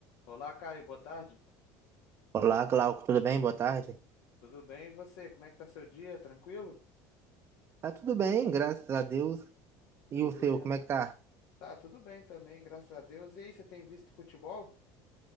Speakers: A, on the left (about 75°); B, on the right (about 35°).
A: Olá, Caio, boa tarde.
B: Olá, Glauco, tudo bem? Boa tarde.
A: Tudo bem? E você? Como é que tá seu dia? Tranquilo?
B: Tá tudo bem, graças a Deus. E
A: Tudo
B: o seu,
A: indo?
B: como é que tá?
A: Tá, tudo bem também, graças a Deus. E aí, você tem visto futebol?